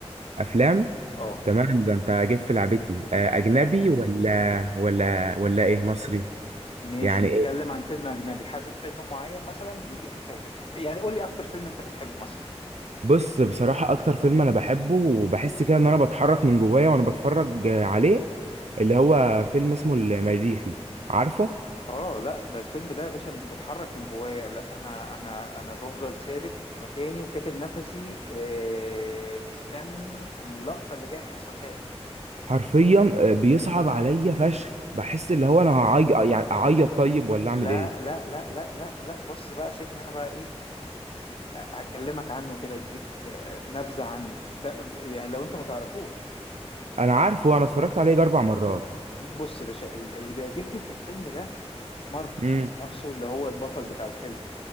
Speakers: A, on the right; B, on the left.
A: افلام
B: اه
A: تمام ده انت جيت في لعبتي آه، اجنبي
B: تمام
A: ولا ولا ولا ايه مصري
B: ماشي
A: يعني
B: نتكلم
A: ايه
B: عن فيلم اجنبي حابب فيلم معين مثلا بيجي في, في في- يعني قول لي اكتر فيلم انت بتحبه مثلا
A: بص بصراحة اكتر فيلم انا بحبه وبحس كده ان انا بتحرك من جوايا وانا بتفرج آه، عليه اللي هو فيلم اسمه المريخي عارفه
B: اه لا ده الفيلم ده يا باشا مش بتحرك من جوايا لا انا انا انا بفضل ثابت في مكاني وكاتب نفسي آه، مستني اللقطة اللي جايه هيحصل فيها ايه
A: حرفيا آه، بيصعب عليا فشخ بحس اللي هو انا هعيط يعني اعيط طيب ولا اعمل
B: لا
A: ايه
B: لا لا لا لا لا بص بقى سيبني انا بقى ايه هكلمك عنه كده اديك آه، نبذة عنه ده ده- يعني لو انت ما تعرفوش
A: انا عارفه انا اتفرجت عليه يجي اربع مرات
B: بص يا باشا ال- اللي بيعجبني في الفيلم ده مارك
A: امم
B: نفسه اللي هو البطل بتاع الفيلم